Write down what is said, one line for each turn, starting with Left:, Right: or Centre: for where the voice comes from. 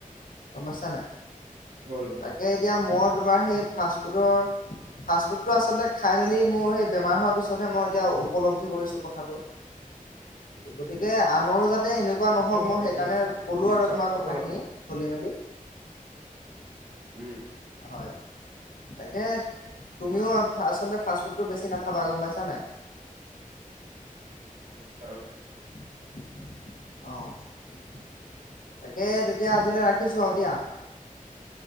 Left: গম পাইছা নাই?
Right: হ'ল, হ'ল,
Left: তাকে এতিয়া মই তোমাৰ সেই ফাষ্টফুডৰ ফাষ্টফুডটো আচলতে খাই মেলি মোৰ সেই বেমাৰ হোৱাৰ পিছতহে মই এতিয়া উপলব্ধি কৰিছোঁ কথাটো।
Right: অ!
Left: গতিকে আনৰো যাতে এনেকুৱা নহওঁক,
Right: সেইটো হয়,
Left: মই সেইকাৰণে
Right: সেইটো
Left: কলো
Right: পিছত
Left: আৰু তোমাক
Right: উপলব্ধ
Left: কথাখিনি খুলি মেলি।
Right: উম।
Left: হয়। তাকে তুমিও ফা- আচলতে ফাষ্টফুডটো বেছি নাখাবা, গম পাইছা নাই?
Right: <inaudible>
Left: অ', তাকে এতিয়া আজিলে ৰাখিছোঁ আৰু দিয়া।